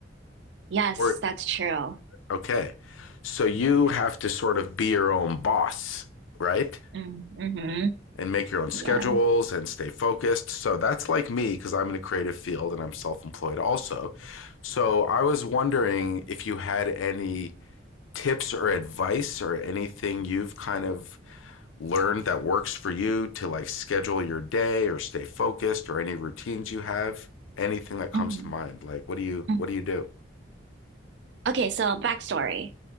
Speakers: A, on the right (about 65°); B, on the left (about 90°).
A: Yes,
B: Or
A: that's true.
B: okay. So you
A: Yeah.
B: have to sort of be your own boss, right?
A: Mm, hmm
B: and make your own schedules
A: Yeah.
B: and stay focused. So that's like me because I'm in a creative field and I'm self employed also. So I was wondering if you had any tips or advice or anything you've kind of learned that works for you to like schedule your day or stay focused or any routines you have anything that comes
A: Mhm.
B: to mind like what do you
A: Mm.
B: what do you do
A: Okay, so backstory.